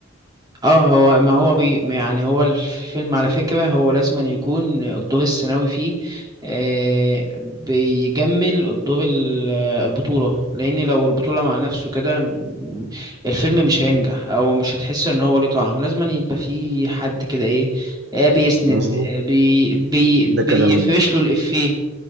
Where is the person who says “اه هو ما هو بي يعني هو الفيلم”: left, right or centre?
Right